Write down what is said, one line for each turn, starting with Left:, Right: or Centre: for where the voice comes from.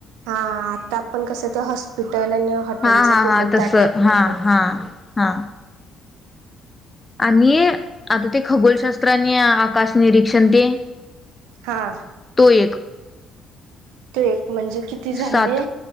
Right: हा आता आपण कसं ते हॉस्पिटल आणि हॉटेलच
Left: हा हा
Right: केलो
Left: हा तसं
Right: त्या टाईपमध्येध्ये
Left: हा हा हा. आणि आता ते खगोलशास्त्रानी आकाश निरीक्षण दे
Right: हा
Left: तो एक.
Right: तू एक म्हणजे किती झाले.
Left: सात